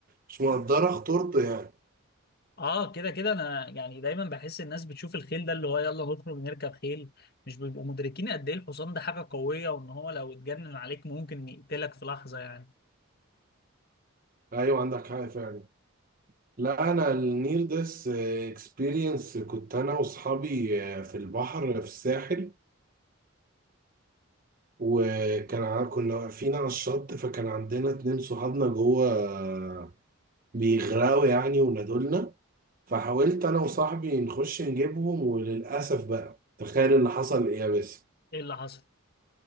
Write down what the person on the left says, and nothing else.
اه كده كده انا يعني دايما بحس الناس بتشوف الخيل ده اللي هو يلا نخرج نركب خيل مش بيبقوا مدركين قد ايه الحصان ده حاجه قويه وان هو لو اتجنن عليك ممكن يقتلك في لحظه يعني
ايه اللي حصل